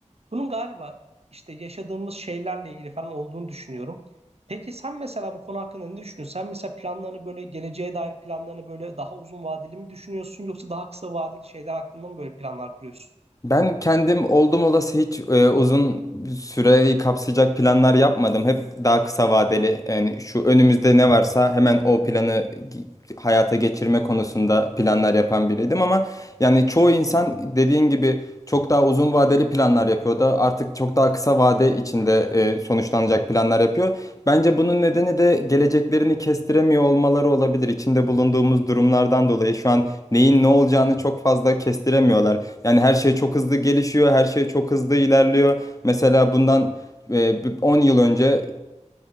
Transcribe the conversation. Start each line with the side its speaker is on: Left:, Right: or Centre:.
Right: Bunun galiba işte yaşadığımız şeylerle ilgili falan olduğunu düşünüyorum. Peki sen mesela bu konu hakkında ne düşünüyorsun? Sen mesela planlarını böyle geleceğe dair planlarını böyle daha uzun vadeli mi düşünüyorsun yoksa daha kısa vadeli şeyler hakkında mı böyle planlar kuruyorsun?
Left: Ben kendim oldum olası hiç e, uzun süreyi kapsayacak planlar yapmadım. Hep daha kısa vadeli yani şu önümüzde ne varsa hemen o planı gi- hayata geçirme konusunda planlar yapan biriydim ama yani çoğu insan dediğin gibi çok daha uzun vadeli planlar yapıyor da artık çok daha kısa vade içinde e, sonuçlanacak planlar yapıyor. Bence bunun nedeni de geleceklerini kestiremiyor olmaları olabilir. İçinde bulunduğumuz durumlardan dolayı şu an neyin ne olacağını çok fazla kestiremiyorlar. Yani her şey çok hızlı gelişiyor, her şey çok hızlı ilerliyor. Mesela bundan e, bir 10 yıl önce